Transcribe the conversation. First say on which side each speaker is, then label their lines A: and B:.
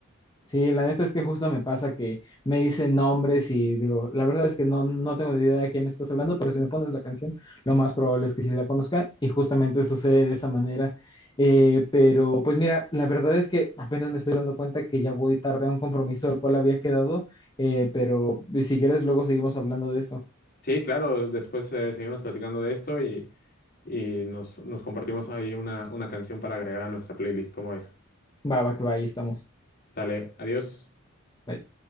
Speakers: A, on the left; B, on the left.
A: Sí, la neta es que justo me pasa que me dicen nombres y digo, la verdad es que no, no tengo ni idea de quién me estás hablando, pero si me pones la canción, lo más probable es que sí la conozca y justamente sucede de esa manera. Eh, pero pues mira, la verdad es que apenas me estoy dando cuenta que ya voy tarde a un compromiso al cual había quedado, eh, pero si quieres luego seguimos hablando de esto.
B: Sí, claro, después eh, seguimos platicando de esto y, y nos, nos compartimos ahí una, una canción para agregar a nuestra playlist, ¿cómo ves?
A: Va, va, que va, ahí estamos.
B: Sale, adiós.
A: Bye.